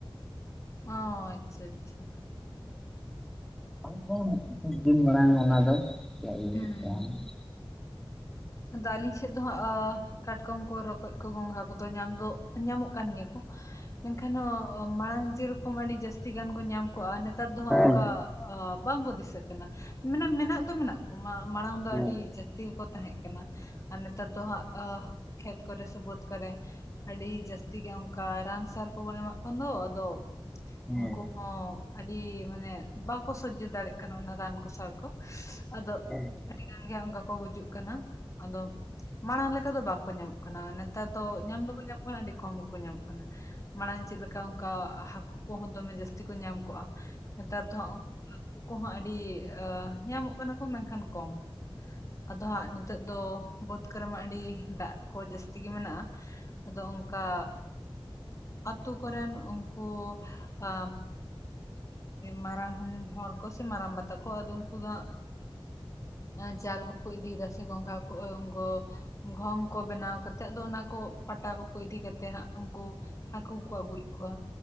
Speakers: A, on the left; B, in the centre.
A: ᱚ ᱟᱪᱪᱷᱟ ᱟᱪᱪᱷᱟ ᱾
B: ᱫᱚ ᱫᱤᱱ ᱢᱟᱲᱟᱝ ᱚᱱᱟ ᱫᱚ ᱪᱤᱭᱟᱹ ᱦᱩᱭᱩᱜ
A: ᱦᱩᱸ
B: ᱛᱟᱦᱮᱱᱟ <unintelligible>
A: ᱟᱫᱚ ᱟᱹᱞᱤᱧ ᱥᱮᱫ ᱫᱚ ᱦᱟᱸᱜ ᱠᱟᱴᱠᱚᱢ ᱠᱚ ᱨᱚᱠᱚᱡ ᱠᱚ ᱜᱚᱝᱜᱷᱟ ᱠᱚᱫᱚ ᱧᱟᱢ ᱫᱚ ᱧᱟᱢᱚᱜ ᱠᱟᱱ ᱜᱮᱭᱟ ᱠᱚ ᱾ ᱢᱮᱱᱠᱷᱟᱱ ᱢᱟᱲᱟᱝ ᱡᱮ ᱨᱚᱠᱚᱢ ᱟᱹᱰᱤ ᱡᱟᱹᱥᱛᱤ ᱜᱟᱱ ᱠᱚ ᱧᱟᱢ ᱠᱚᱜᱼᱟ ᱱᱮᱛᱟᱨ ᱫᱚ
B: ᱦᱮᱸ
A: ᱚᱱᱠᱟ ᱚ ᱵᱟᱝ ᱠᱚ ᱫᱤᱥᱟᱹᱜ ᱠᱟᱱᱟ ᱢᱟᱱᱮ ᱢᱮᱱᱟᱜ ᱫᱚ ᱢᱮᱱᱟᱜ ᱠᱚ ᱢᱟᱲᱟᱝ ᱫᱚ
B: ᱦᱮᱸ
A: ᱟᱹᱰᱤ ᱡᱟᱹᱥᱛᱤ ᱜᱮᱠᱚ ᱛᱟᱦᱮᱸ ᱟᱨ ᱱᱮᱛᱟᱨ ᱫᱚ ᱦᱟᱸᱜ ᱠᱷᱮᱛ ᱠᱚᱨᱮ ᱥᱮ ᱵᱟᱹᱫ ᱠᱚᱨᱮ ᱟᱹᱰᱤ ᱡᱟᱹᱥᱛᱤ ᱜᱮ ᱚᱱᱠᱟ ᱨᱟᱱ ᱥᱟᱨ ᱠᱚᱵᱚᱱ ᱮᱢᱟᱜ ᱠᱟᱱ ᱫᱚ ᱟᱫᱚ
B: ᱦᱮᱸ
A: ᱩᱱᱠᱩ ᱦᱚᱸ ᱟᱹᱰᱤ ᱢᱟᱱᱮ ᱵᱟᱠᱚ ᱥᱚᱡᱡᱚ ᱫᱟᱲᱮᱭᱟᱜ ᱠᱟᱱᱟ ᱚᱱᱟ ᱨᱟᱱ ᱠᱚ ᱥᱟᱨ ᱠᱚ ᱟᱫᱚ
B: <unintelligible>
A: ᱟᱹᱰᱤ ᱜᱟᱱ ᱜᱮ ᱚᱱᱠᱟ ᱠᱚ ᱜᱩᱡᱩᱜ ᱠᱟᱱᱟ ᱟᱫᱚ ᱢᱟᱲᱟᱝ ᱞᱮᱠᱟ ᱫᱚ ᱵᱟᱠᱚ ᱧᱟᱢᱚᱜ ᱠᱟᱱᱟ ᱾ ᱱᱮᱛᱟᱨ ᱫᱚ ᱧᱟᱢ ᱫᱚᱠᱚ ᱧᱟᱢᱚᱜ ᱠᱟᱱᱟ ᱟᱹᱰᱤ ᱠᱚᱢᱠᱚ ᱧᱟᱢᱚᱜ ᱠᱟᱱᱟ ᱾ ᱢᱟᱲᱟᱝ ᱪᱮᱫ ᱞᱮᱠᱟ ᱚᱱᱠᱟ ᱦᱟᱹᱠᱩ ᱠᱚᱦᱚᱸ ᱫᱚᱢᱮ ᱡᱟᱹᱥᱛᱤ ᱠᱚ ᱧᱟᱢ ᱠᱚᱜᱼᱟ ᱱᱮᱛᱟᱨ ᱫᱚ ᱦᱟᱠᱩ ᱠᱚᱦᱚᱸ ᱟᱹᱰᱤ ᱧᱟᱢᱚᱜ ᱠᱟᱱᱟ ᱠᱚ ᱢᱮᱱᱠᱷᱟᱱ ᱠᱚᱢ, ᱟᱫᱚ ᱦᱟᱸᱜ ᱱᱤᱛᱚᱜ ᱫᱚ ᱵᱟᱹᱫᱽ ᱠᱚᱨᱮ ᱢᱟ ᱟᱹᱰᱤ ᱫᱟᱜ ᱠᱚ ᱡᱟᱹᱥᱛᱤ ᱜᱮ ᱢᱮᱱᱟᱜᱼᱟ ᱾ ᱟᱫᱚ ᱚᱱᱠᱟ ᱟᱛᱳ ᱠᱚᱨᱮᱱ ᱩᱱᱠᱩ ᱟ ᱢᱟᱨᱟᱝ ᱦᱚᱲ ᱠᱚ ᱥᱮ ᱢᱟᱨᱟᱝ ᱵᱟ ᱛᱟᱠᱚ ᱟᱫᱚ ᱩᱱᱠᱩ ᱫᱚ ᱦᱟᱸᱜ ᱡᱟᱞ ᱠᱚᱠᱚ ᱤᱫᱤᱭᱮᱫᱟ ᱥᱮ ᱜᱚᱸᱝᱜᱟ ᱠᱚ ᱚᱝᱜᱚ ᱜᱷᱚᱝ ᱠᱚ ᱵᱮᱱᱟᱣ ᱠᱟᱛᱮᱜ ᱟᱫᱚ ᱚᱱᱟ ᱠᱚ ᱯᱟᱴᱟ ᱠᱚᱠᱚ ᱤᱫᱤ ᱠᱟᱛᱮᱜ ᱦᱟᱸᱜ ᱩᱱᱠᱩ ᱦᱟᱹᱠᱩ ᱠᱩ ᱟᱹᱜᱩᱭᱮᱫ ᱠᱚᱣᱟ